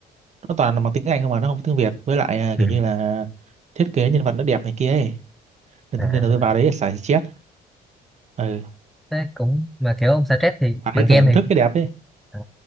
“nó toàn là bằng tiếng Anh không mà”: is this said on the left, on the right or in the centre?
Right